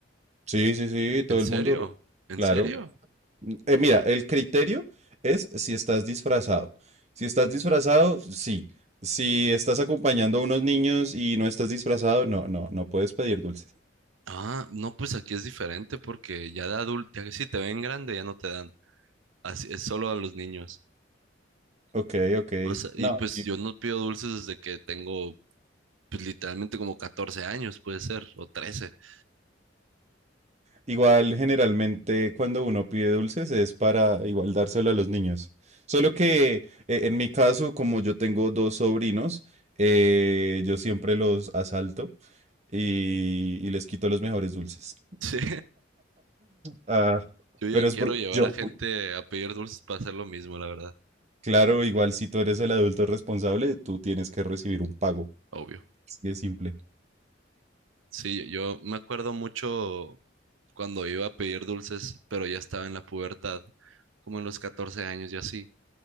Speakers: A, on the right; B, on the right.
A: Sí, sí, sí, todo
B: ¿En serio?
A: el mundo,
B: ¿En
A: claro.
B: serio?
A: Eh, mira, el criterio es si estás disfrazado. Si estás disfrazado, sí. Si estás acompañando a unos niños y no estás disfrazado, no, no, no puedes pedir dulces.
B: Ah, no, pues aquí es diferente porque ya de adulto, ya que si te ven grande ya no te dan. Así es solo a los niños.
A: Ok, ok.
B: O sea, y
A: No,
B: pues
A: i-
B: yo no pido dulces desde que tengo, pues literalmente como 14 años, puede ser, o 13. <laughs>
A: igual generalmente cuando uno pide dulces es para igual dárselo a los niños. Solo que eh, en mi caso, como yo tengo dos sobrinos, eh, yo siempre los asalto y, y les quito los mejores dulces.
B: Sí,
A: Ah,
B: yo ya
A: pero
B: quiero
A: es porque
B: llevar
A: yo.
B: a gente a pedir dulces para hacer lo mismo, la verdad,
A: Claro, igual si tú eres el adulto responsable, tú tienes que recibir un pago.
B: obvio.
A: Así de simple.
B: Sí, yo me acuerdo mucho cuando iba a pedir dulces, pero ya estaba en la pubertad, como en los 14 años y así.